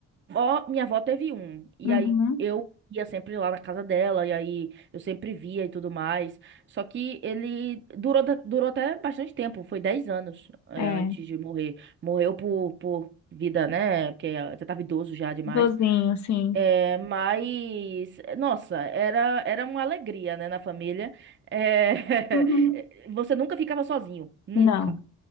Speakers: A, on the right; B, on the left.
A: Ó, minha avó teve um. E
B: Uhum.
A: aí eu ia sempre lá na casa dela, e aí eu sempre via e tudo mais. Só que ele durou, da- durou até bastante tempo, foi 10 anos é,
B: É,
A: antes de morrer. Morreu por, por vida, né? Porque já tava idoso já demais.
B: dozinho, sim.
A: É, mas, nossa, era, era uma alegria, né, na família. É,
B: Uhum.
A: <laughs> você nunca ficava sozinho. Nunca.
B: Não.